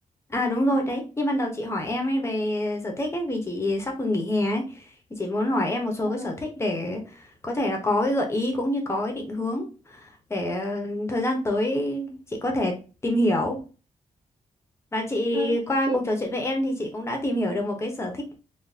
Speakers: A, on the left (about 20°); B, on the right (about 30°).
A: À đúng rồi đấy, như ban đầu chị hỏi em ấy về sở thích ấy vì chị sắp vừa nghỉ hè ấy thì chị muốn hỏi em một số
B: ừ,
A: cái sở thích để có thể là có cái gợi ý cũng như có cái định hướng để ờ, thời gian tới chị có thể tìm hiểu và chị
B: ừ,
A: qua
B: chị,
A: cuộc trò chuyện với em thì chị cũng đã tìm hiểu được một cái sở thích